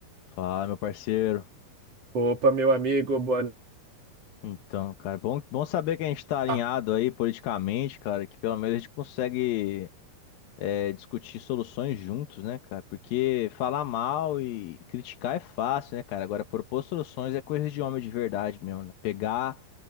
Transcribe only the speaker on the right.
Opa, meu amigo, boa no-
Ah.